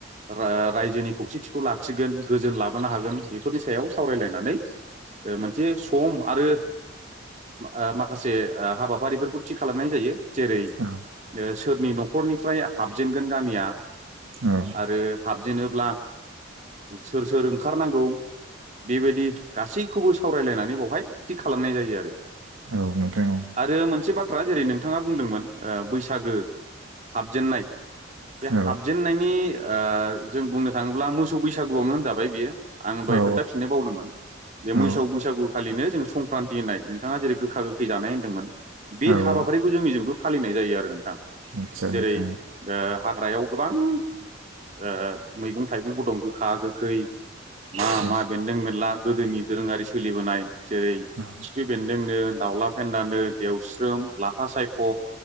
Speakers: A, on the right; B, on the right.
A: रा रायजोनि खौसेथिखौ लाखिगोन गोजोन लाबोनो हागोन बेफोरनि सायाव सावराय लायनानै ओ मोनसे सम आरो ओ माखासे हाबा फारिफोरखौ थि खालामनाय जायो जेरै
B: औ
A: ओ सोरनि न'खरनिफ्राय हाबजेनगोन गामिया।
B: औ
A: आरो हाबजेनोब्ला सोर सोर ओंखारनांगौ बिबायदि गासै खौबो सावरायलायनानै बेवहाय थिग खालामनाय जायो आरो।
B: औ नोंथां औ।
A: आरो मोनसे बाथ्रा जेरै नोंथाङा बुंदोंमोन ओ बैसागो हाबजेननाय बे
B: औ
A: हाबजेननायनि ओ जों बुंनो थाङोब्ला मोसौ बैसागु आवनो होनजाबाय बियो। आं दहाय
B: औ
A: खोन्था फिननो बावदोंमोन। बे मैसौ
B: औ
A: बैसागु खालिनो जोङो संक्रान्ति होननाय नोंथाङा जेरै गोखा गोखै जानाय होनदोंमोन। बे
B: औ
A: हाबा
B: औ
A: फारिखौ जोंनिजोंबो फालिनाय जायो आरो नोंथां
B: आदसा
A: जेरै
B: नोंथां
A: ओ हाग्रायाव गोबां ओ मैगं थाइगंबो दं गोखा गोखै। मा
B: औ
A: मा बेन्दों बेनला गोदोनि दोरोङारि सोलिबोनाय जेरै
B: औ
A: खिफि बेन्दोंनो दाउला फेन्दानो देवस्रोम लाफा सायख'